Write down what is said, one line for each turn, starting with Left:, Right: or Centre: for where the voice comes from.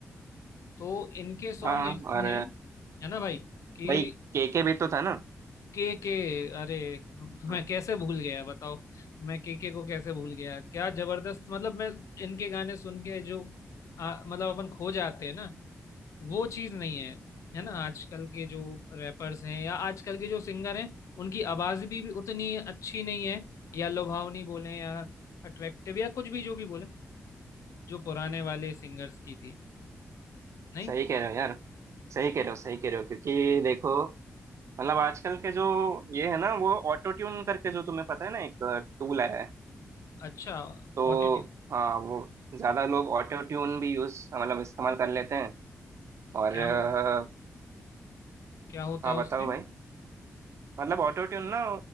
Left: तो इनके सॉन्ग
Right: हाँ
Left: ऐसे
Right: और
Left: हैं है ना भाई कि
Right: भाई केके भी तो था ना
Left: के के अरे मैं
Right: हाँ,
Left: कैसे भूल गया बताओ मैं के के को कैसे भूल गया क्या जबरदस्त मतलब मैं इनके गाने सुन के जो आ, मतलब अपन खो जाते हैं ना वो चीज नहीं है है ना आजकल के जो रैपर्स हैं या आजकल के जो सिंगर हैं उनकी आवाज भी, भी उतनी अच्छी नहीं है या लुभावनी बोले या अट्रैक्टिव या कुछ भी जो भी बोले जो पुराने वाले सिंगर्स की थी नहीं
Right: सही कह रहे हो यार सही कह रहे हो सही कह रहे हो क्योंकि देखो मतलब आजकल के जो ये है ना वो ऑटो ट्यून करके जो तुम्हें पता है ना एक टूल आया है
Left: अच्छा
Right: तो
Left: ऑटोट्यून
Right: हाँ वो ज्यादा लोग ऑटो ट्यून भी यूज मतलब इस्तेमाल कर लेते हैं और
Left: क्या
Right: अ,
Left: हो क्या होता
Right: हाँ
Left: है
Right: बताओ
Left: उससे
Right: भाई मतलब ऑटो ट्यून ना